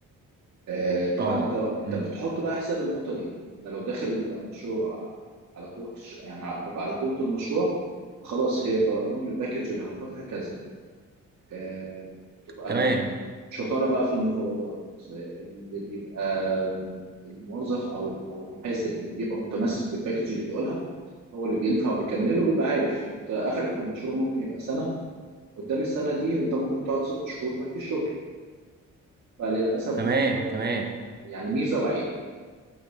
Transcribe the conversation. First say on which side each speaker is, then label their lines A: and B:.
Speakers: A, on the right (about 55°); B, on the right (about 30°).
A: آه، طبعا
B: اه
A: انت انت
B: امم
A: بتحط بقى حساب النقطه دي انا لو داخل مشروع على قوه الش- يعني ببقى على قوه المشروع فخلاص هي بقول لهم الباكج اللي هاخدها كذا آه، بتبقى
B: تمام
A: شطارة بقى في المفاوضات آه، اللي بيبقى الموظف او او المحاسب اللي بيبقى متمسك بالباكج اللي بيقولها هو اللي بينفع وبيكمل له بيبقى عارف انت اخرك في المشروع ممكن يبقى سنة قدام السنة دي انت ممكن تقعد ست شهور ما فيش شغل فللاسف
B: تمام
A: آه،
B: تمام
A: يعني ميزة وعيب